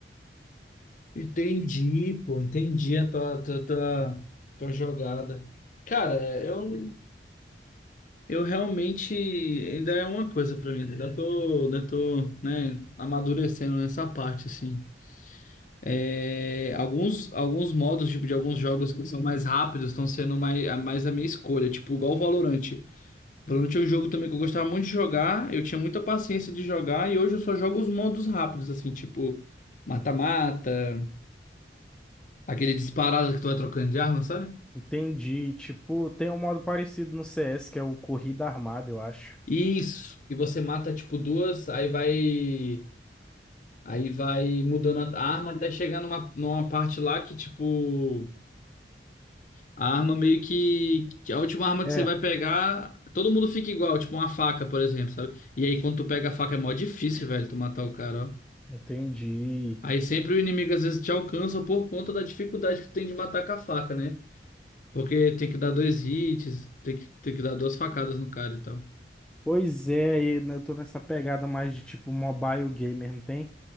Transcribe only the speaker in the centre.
Entendi, tipo, tem um modo parecido no CS, que é o corrida armada, eu acho.
É,
Entendi.
Pois é, e, né, eu tô nessa pegada mais de tipo mobile gamer, não tem?